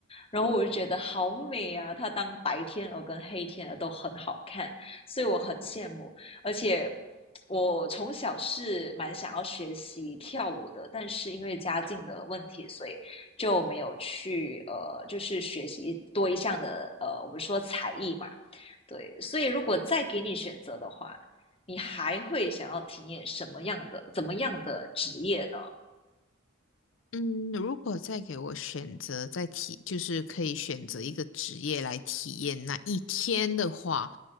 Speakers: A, on the left; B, on the left.
A: 然后我就觉得好美啊！她当白天鹅跟黑天鹅都很好看，所以我很羡慕。而且我从小是蛮想要学习跳舞的，但是因为家境的问题，所以就没有去呃，就是学习多一项的呃，我们说才艺嘛，对。所以如果再给你选择的话，你还会想要体验什么样的、怎么样的职业呢？
B: 嗯，如果再给我选择，再体，就是可以选择一个职业来体验那一天的话，